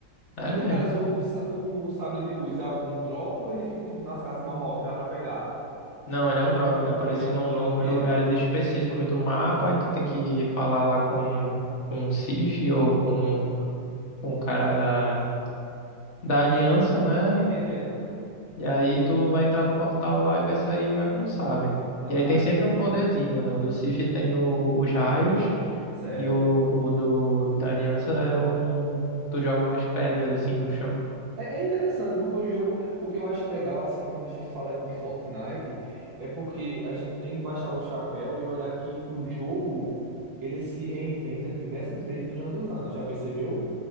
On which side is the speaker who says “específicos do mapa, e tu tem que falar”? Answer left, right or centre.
Left